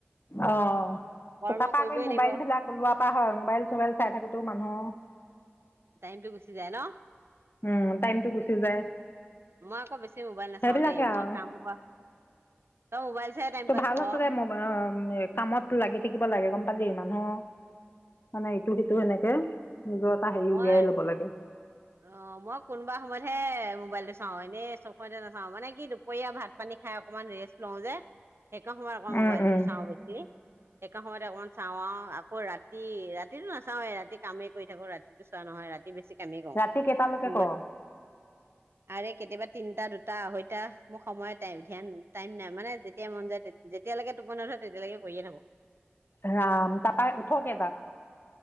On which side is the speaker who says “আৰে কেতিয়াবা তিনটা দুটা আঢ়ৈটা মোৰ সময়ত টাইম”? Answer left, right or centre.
Right